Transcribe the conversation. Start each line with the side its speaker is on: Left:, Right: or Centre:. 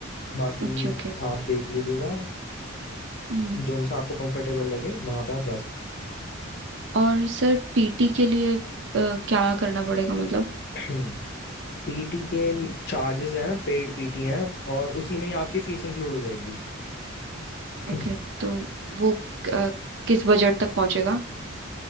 Left: बाकी
Right: ओके ओके
Left: आप देख लीजिएगा
Right: हम्म
Left: जो सा आपको कंफर्टेबल लगे वहां पे आप जा सकते
Right: और सर पीटी के लिए अ, क्या करना पड़ेगा मतलब
Left: हैं <clears throat> पीटी के चार्जेस हैं पेड पीटी हैं और उसी में ही आपकी फीस इंक्लूड हो जाएगी <clears throat>
Right: ओके तो वो अ, किस बजट तक पहुंचेगा